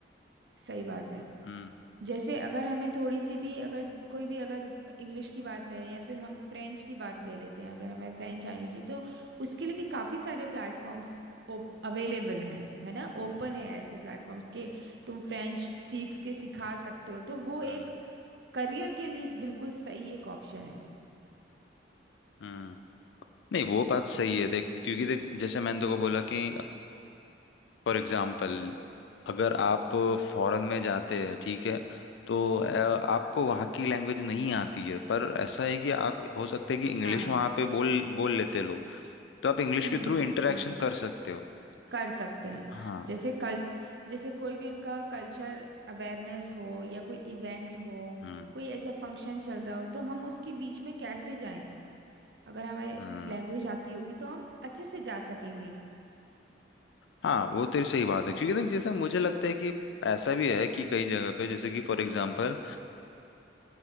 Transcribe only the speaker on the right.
सही बात है
जैसे अगर हमें थोड़ी सी भी अगर कोई भी अगर इंग्लिश की बात ले रहे हैं या फिर हम फ्रेंच की बात ले लेते हैं अगर हमें फ्रेंच आनी चाहिए तो उसके लिए भी काफ़ी सारे प्लेटफॉर्म्स अवेलेबल हैं है ना ओपन है ऐसे प्लेटफॉर्म्स के तुम फ्रेंच सीख के सिखा सकते हो तो वो
एक करियर के लिए बिल्कुल सही एक ऑप्शन है
हाँ
हम्म
हाँ
कर सकते हैं
जैसे कल जैसे कोई भी उनका कल्चर अवेयरनेस हो या कोई इवेंट हो
कोई ऐसा फंक्शन चल रहा हो तो हम उसके बीच में कैसे जाएं अगर हमारे
लैंग्वेज आती होगी तो हम अच्छे से जा सकेंगे